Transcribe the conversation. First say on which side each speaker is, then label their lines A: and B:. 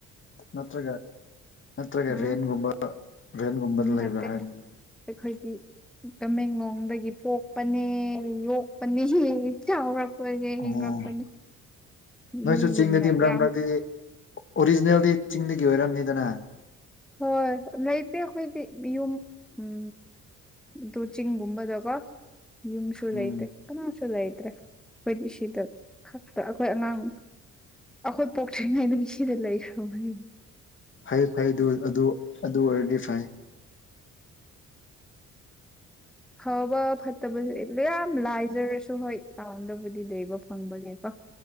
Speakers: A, on the left; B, in the centre.
A: ꯅꯠꯇ꯭ꯔꯒ ꯅꯠꯇ꯭ꯔꯒ
B: ꯍꯨꯝ
A: ꯔꯦꯟꯒꯨꯝꯕ ꯔꯦꯟꯒꯨꯝꯕꯗ
B: ꯍꯨꯝ
A: ꯂꯩꯕ꯭ꯔꯥ
B: ꯅꯠꯇꯦ
A: ꯍꯥꯏꯕꯅꯤ
B: ꯑꯩꯈꯣꯏꯗꯤ ꯇꯃꯦꯡꯂꯣꯡꯗꯒꯤ ꯄꯣꯛꯄꯅꯦ ꯌꯣꯛꯄꯅꯦ ꯆꯥꯎꯔꯛ ꯄꯅ‌ꯦ
A: ꯑꯣ
B: ꯍꯤꯡꯔꯛꯄꯅꯤ
A: ꯅꯣꯏꯁꯨ
B: ꯃꯤꯒꯨꯝꯅ
A: ꯆꯤꯡꯗꯗꯤ ꯃꯔꯛ
B: ꯌꯥꯝ
A: ꯃꯔꯛꯇꯗꯤ ꯑꯣꯔꯤꯖꯤꯅꯦꯜꯗꯤ ꯆꯤꯡꯗꯒꯤ ꯑꯣꯏꯔꯝꯅꯤꯗꯅ
B: ꯍꯣꯏ ꯂꯩꯇꯦ ꯑꯩꯈꯣꯏꯗꯤ ꯃꯤꯌꯨꯝ ꯎꯝ ꯗꯨ ꯆꯤꯡꯒꯨꯝꯕꯗꯀꫭ ꯌꯝꯁꯨ
A: ꯎꯝ
B: ꯂꯩꯇ‌ꯦ ꯀꯅꯥꯁꯨ ꯂꯩꯇ꯭ꯔꯦ ꯑꯩꯈꯣꯏꯗꯤ ꯁꯤꯗ ꯈꯛꯇ ꯑꯩꯈꯣꯏ ꯑꯉꯥꯡ ꯑꯩꯈꯣꯏ ꯄꯣꯛꯇ꯭ꯔꯤꯉꯩꯗꯒꯤ ꯁꯤꯗ ꯂꯩꯈ꯭ꯔꯕꯅꯤ
A: ꯐꯩ ꯐꯩ ꯑꯗꯨ ꯑꯗꯨ ꯑꯗꯨ ꯑꯣꯏꯔꯗꯤ ꯐꯩ
B: ꯐꯕ ꯐꯠꯇꯕꯁꯤꯗꯤ ꯃꯥꯌꯥꯝ ꯂꯥꯏꯖꯔꯁꯨ ꯍꯣꯏ ꯄꯥꯝꯗꯕꯨꯗꯤ ꯂꯩꯕ ꯐꯪꯕꯅ‌ꯦꯀꯣ